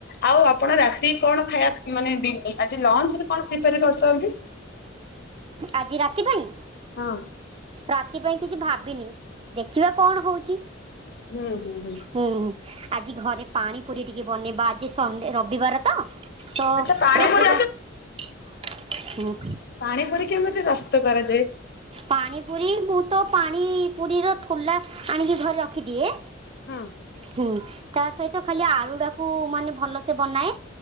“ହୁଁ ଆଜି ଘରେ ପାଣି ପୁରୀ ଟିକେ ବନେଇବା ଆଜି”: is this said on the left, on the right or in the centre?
Right